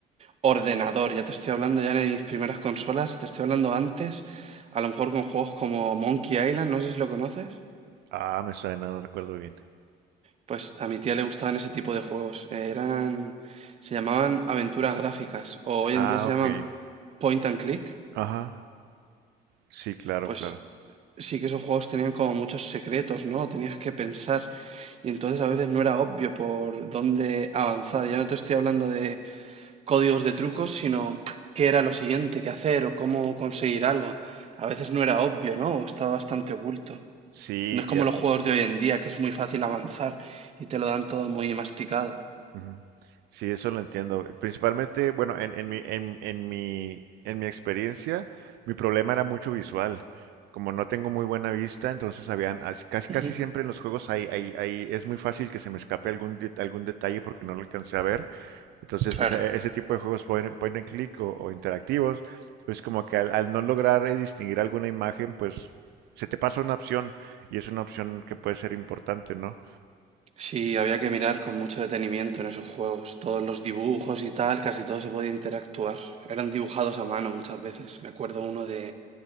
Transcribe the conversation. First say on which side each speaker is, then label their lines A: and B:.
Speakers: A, on the right (about 40°); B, on the right (about 80°).
A: Ordenador, ya te estoy hablando ya de mis primeras consolas, te estoy hablando antes, a lo mejor con juegos como Monkey Island, no sé si lo conoces.
B: Ah, me suena, no recuerdo bien.
A: Pues a mi tía le gustaban ese tipo de juegos, eh, eran, se llamaban aventuras gráficas o hoy
B: Ah,
A: en día se
B: ok.
A: llaman point and click.
B: Ajá. Sí, claro,
A: Pues
B: claro.
A: sí que esos juegos tenían como muchos secretos, ¿no? Tenías que pensar y entonces a veces no era obvio por dónde avanzar. Ya no te estoy hablando de códigos de trucos, sino qué era lo siguiente que hacer o cómo conseguir algo. A veces no era obvio, ¿no? O estaba bastante oculto.
B: Sí,
A: No es
B: ya,
A: como los juegos de hoy en día, que es muy fácil avanzar y te lo dan todo muy masticado.
B: Ujú. Sí, eso lo entiendo. Principalmente, bueno, en, en mi, en, en mi, en mi experiencia, mi problema era mucho visual. Como no tengo muy buena vista, entonces habían, as- casi,
A: Ujú,
B: casi siempre en los juegos hay, hay, hay- es muy fácil que se me escape algún, de- algún detalle porque no lo alcancé a ver. Entonces,
A: Claro,
B: pues e- ese tipo de juegos point, and point and click o, o interactivos, pues como que al, al no lograr eh, distinguir alguna imagen, pues se te pasa una opción y es una opción que puede ser importante, ¿no?
A: sí, había que mirar con mucho detenimiento en esos juegos. Todos los dibujos y tal, casi todo se podía interactuar. Eran dibujados a mano muchas veces. Me acuerdo uno de